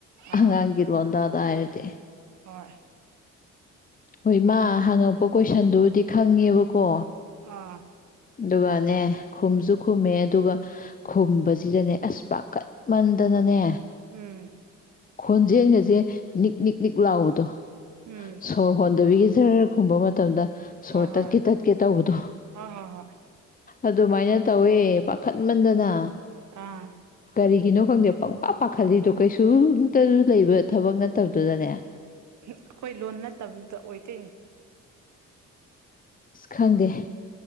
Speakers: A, on the right; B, on the left.
A: ꯑꯥ
B: ꯑꯉꯥꯡꯒꯤ ꯔꯣꯜꯗꯥꯗ ꯇꯦ
A: ꯍꯣꯏ
B: ꯍꯣꯏ ꯃꯥ ꯍꯉ ꯑꯣꯣ ꯀꯣꯏꯁꯟꯗꯨꯕꯨꯗꯤ ꯈꯪꯉꯦꯕꯀꯣ
A: ꯑꯥ
B: ꯑꯗꯨꯒꯅꯦ ꯈꯨꯝꯁꯨ ꯈꯨꯝꯃꯦ ꯑꯗꯨꯒ ꯈꯨꯝꯕꯁꯤꯗꯅꯦ ꯑꯁ ꯄꯥꯀꯠꯃꯟꯗꯅꯅꯦ
A: ꯎꯝ
B: ꯈꯣꯟꯖꯦꯜꯒꯁꯦ ꯅꯤꯛ ꯅꯤꯛ ꯅꯤꯛ ꯂꯥꯎꯕꯗꯣ
A: ꯎꯝ
B: ꯁꯣꯔ ꯍꯣꯟꯗꯕꯤꯒꯤ ꯁꯍꯔ ꯈꯨꯝꯕ ꯃꯇꯝꯗ ꯁꯣ
A: ꯍꯣꯏ
B: ꯇꯔ
A: ꯍꯣꯏ
B: ꯀꯦ ꯇꯠ ꯀꯦ ꯇꯧꯕꯗꯨ
A: ꯍꯣꯏ ꯍꯣꯏ ꯍꯣꯏ
B: ꯑꯗꯨꯃꯥꯏꯅ ꯇꯧꯋꯦ ꯈꯠꯃꯟꯗꯅ
A: ꯑꯥ
B: ꯀꯔꯤꯒꯤꯅꯣ ꯈꯪꯗꯦ ꯄꯪꯄꯥ ꯄꯥꯈꯠꯂꯤꯗꯣ ꯀꯩꯁꯨꯝꯇꯁꯨ ꯂꯩꯕ ꯊꯕꯛ ꯅꯠꯇꯕꯗꯨꯗꯅꯦ
A: ꯑꯩꯈꯣꯏ ꯂꯣꯟ ꯅꯠꯇꯕꯤꯗ ꯑꯣꯏꯗꯣꯏꯅꯤ
B: ꯑꯁ ꯈꯪꯗꯦ